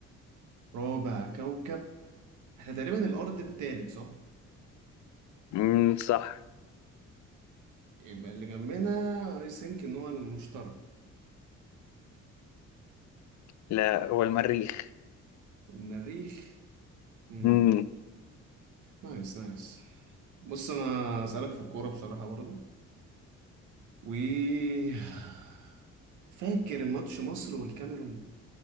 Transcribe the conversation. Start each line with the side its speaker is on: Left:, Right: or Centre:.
Right: رابع كوكب احنا تقريبا الأرض التالت صح؟
Left: مم، صح
Right: يبقى اللي جنبنا اي ثينك ان هو المشتري
Left: لا هو المريخ
Right: المريخ امم
Left: مم.
Right: نايس نايس بص انا اسالك في الكوره بصراحه برضو و <sighs> فاكر ماتش مصر والكاميرون